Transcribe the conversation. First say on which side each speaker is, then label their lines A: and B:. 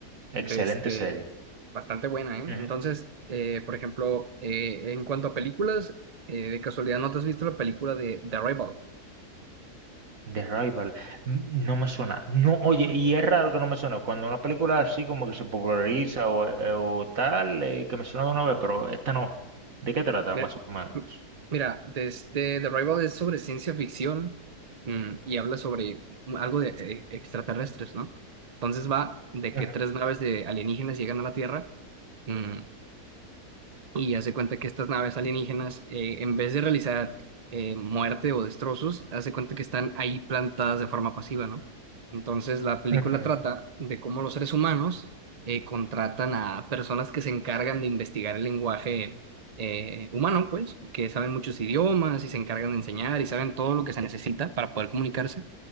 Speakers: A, on the right; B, on the right.
A: Excelente
B: De este,
A: serie.
B: bastante buena, ¿eh?
A: Ujú.
B: Entonces, eh, por ejemplo, eh, en cuanto a películas, eh, de casualidad, ¿no te has visto la película de The Rival?
A: The Rival, mm, no me suena. No, oye, y es raro que no me suene. Cuando una película así como que se populariza o, eh, o tal, eh, que me suena de una vez, pero esta no. ¿De qué trata,
B: Mira,
A: más o menos?
B: m- mira, desde The Rival es sobre ciencia ficción mm, y habla sobre algo de eh, extraterrestres, ¿no? Entonces va de
A: Ujú,
B: que tres naves de alienígenas llegan a la Tierra. mm, y hace cuenta que estas naves alienígenas, eh, en vez de realizar eh, muerte o destrozos, hace cuenta que están ahí plantadas de forma pasiva, ¿no? Entonces la película
A: ujú,
B: trata de cómo los seres humanos eh, contratan a personas que se encargan de investigar el lenguaje eh, humano, pues, que saben muchos idiomas y se encargan de enseñar y saben todo lo que se necesita para poder comunicarse.